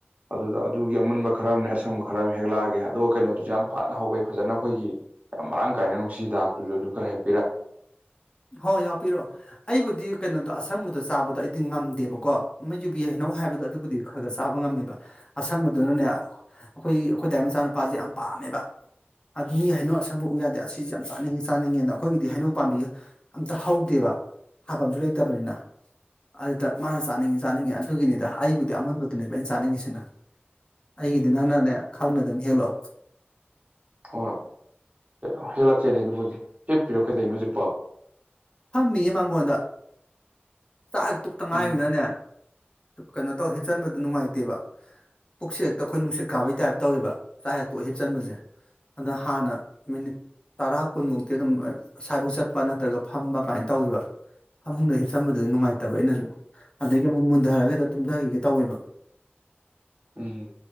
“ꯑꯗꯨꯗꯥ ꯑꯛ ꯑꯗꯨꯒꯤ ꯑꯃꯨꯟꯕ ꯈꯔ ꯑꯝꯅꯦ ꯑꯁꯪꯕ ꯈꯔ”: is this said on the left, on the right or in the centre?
Right